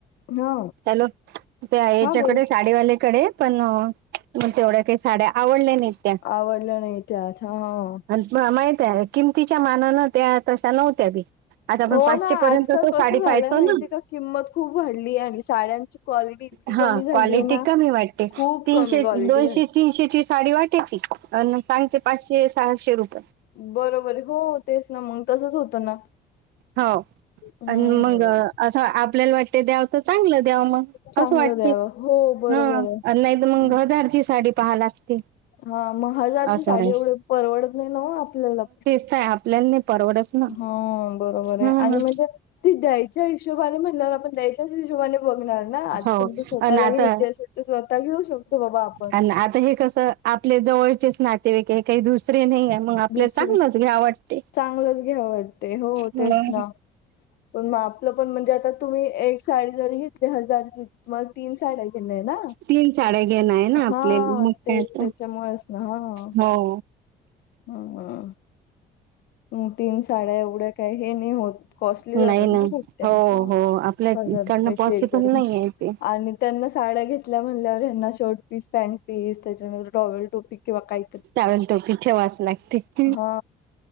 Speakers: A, on the left; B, on the right.
A: हा.
B: हॅलो त्या हेच्याकडे
A: हा बोला
B: साडीवाल्या कडे पण म्हण तेवढ्या काही साड्या आवडल्या नाहीत त्या.
A: आवडल्या नाही त्याच हां.
B: मला माहिती आहे. किमतीच्या मानानं त्या तशा नव्हत्या बी. आता आपण
A: हो
B: पाचशे
A: ना
B: पर्यंत
A: आजकाल
B: तो
A: कसं
B: साडी पाहयतो
A: झालंय माहितीय
B: ना.
A: का किंमत खूप वाढली आणि साड्यांची क्वालिटी इतकी
B: हा
A: कमी झालीय
B: क्वालिटी
A: ना
B: कमी वाटते,
A: खूप
B: तीनशे
A: कमी क्वालिटी
B: दोनशे
A: झाली
B: तीनशेची साडी वाट तेचीच आन सांगते पाचशे सहाशे रुपये.
A: बरबर हो तेच ना, मंग तसंच होतं ना.
B: हाव.
A: हम्म
B: आणि मग असं आपल्याला वाटतंय द्यावं तर चांगलं द्यावं मग
A: चांगलं
B: असं वाटतंय.
A: द्यावं हो बरोबर
B: हां
A: आहे
B: आन नायतर मंग
A: हम्म.
B: हजारची साडी पहाय लागते.
A: हा म हजारची
B: असं
A: साडी
B: नाही
A: एवढी परवडत नाही नव्ह आपल्याला.
B: हे आपल्या नाही परवडत. ना
A: हा बरोबर आहे
B: ह
A: आणि म्हणजे ती द्यायच्या हिशोबाने म्हणणार आपण द्याय तशीच हिशोबाने बघणार ना आता
B: हो
A: समजा स्वतःला
B: आणि आता
A: घ्यायची असेल तर स्वतः घेऊ शकतो बाबा आप
B: अन आता हे कसं आपल्या जवळचेच नातेवाईक हे, काही दुसरे नाहीये. मग आपल्याला
A: दुसर
B: चांगलंच घ्यावं वाटतंय,
A: चांगलंच घ्यावं वाटते हो
B: हं.
A: तेच ना पण म आपलं पण म्हणजे आता तुम्ही एक साडी जरी घेतली हजारची तुम्हाला तीन साड्या घेनं हाय ना?
B: तीन साड्या घेणं आहे ना
A: हा
B: आपल्याला मग
A: तेच
B: काय तर
A: ते. च्या मुळंचना हा.
B: हो.
A: हांं हां. हं तीन साड्या एवढ्या काय हे नाही होत, कॉस्टली
B: नाही
A: जातात
B: नाही
A: ना खूप त्या
B: हो
A: हं.
B: हो आपल्या
A: हजार
B: इकडनं
A: रुपयाची
B: पॉसिबल
A: एक जरी म्हण
B: नाही आहे ते
A: आणि त्यांना साड्या घेतल्या म्हणल्यावर हेना शर्ट पीस, पॅनट पीस त्याच्यानंतर टॉवेल टोपी किंवा काही
B: टॉवेल टोपी ठेवावच लागते की,
A: हा